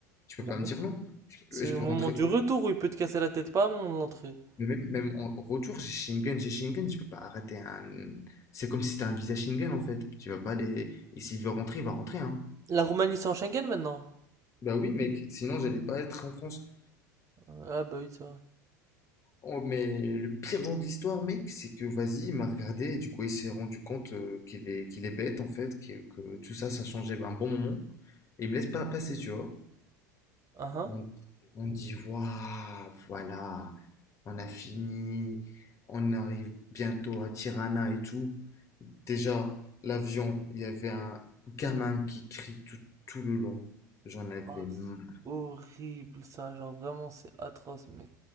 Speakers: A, on the left; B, on the right.
A: Tu
B: Bah
A: peux pas me
B: oui.
A: dire non. Je
B: C'est
A: peux, je
B: au
A: peux
B: moment
A: rentrer
B: du
A: où?
B: retour où il peut te casser la tête, pas à mon entrée.
A: Mais même, même en retour, j'ai Schengen, j'ai Schengen. Tu peux pas arrêter un. C'est comme si t'as un visa Schengen, en fait. Tu vas pas aller. Et s'il veut rentrer, il va rentrer, hein.
B: La Roumanie, c'est en Schengen maintenant?
A: Bah oui, mec. Sinon, j'allais pas être en France.
B: Ah bah oui, c'est vrai.
A: Oh, mais le pire dans de l'histoire, mec, c'est que vas-y, il m'a regardé et du coup, il s'est rendu compte euh, qu'il est, qu'il est bête en fait, que, que tout ça, ça changeait un bon moment. Et il me laisse pas passer, tu vois.
B: Ah hein.
A: On, on dit, waouh, voilà, on a fini, on arrive bientôt à Tirana et tout. Déjà, l'avion, il y avait un gamin qui crie tout, tout le long. J'en avais
B: Oh,
A: marre.
B: c'est horrible ça, genre vraiment c'est atroce mec.